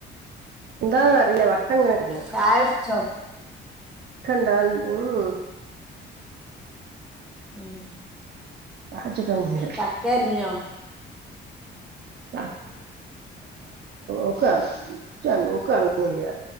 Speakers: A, on the right (about 55°); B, in the centre.
A: എന്താ അറീല്ല വട്ടങ്ങനെ കറങ്ങാ.
B: ചായ കുടിച്ചോ
A: കണ്ടൽ മ്മ് മം മ്
B: ഉം.
A: ചായ കുടിച്ചിട്ടോന്നുല്യ.
B: ചക്ക അരിഞ്ഞോ
A: <unintelligible> ഓക്ക് അങ്ങനെ ഒന്നുല്ല